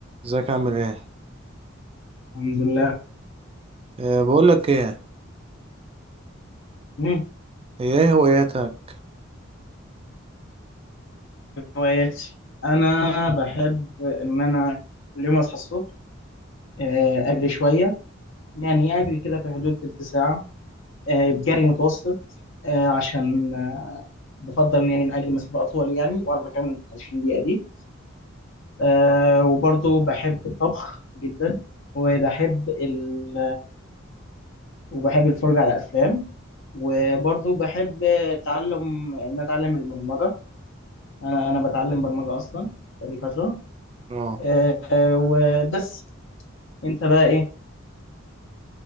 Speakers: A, on the right (about 30°); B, on the left (about 65°).
A: ازيك عامل ايه
B: الحمد لله
A: أه بقول لك ايه
B: مم.
A: هي ايه هواياتك
B: هواياتي انا بحب ان انا كل يوم اصحى الصبح آه، اجري شويه يعني اجري كده في حدود تلت ساعه آه، بجري متوسط آه، عشان آه، بفضل يعني إن اجري مسافه اطول يعني واعرف اكمل 20 دقيقه دي آه، وبرضه بحب الطبخ جدا وبحب ال... وبحب الفرجه على افلام وبرضه بحب تعلم ان اتعلم البرمجه انا انا بتعلم برمجه اصلا بقالي فتره
A: اه
B: آه وبس انت بقى ايه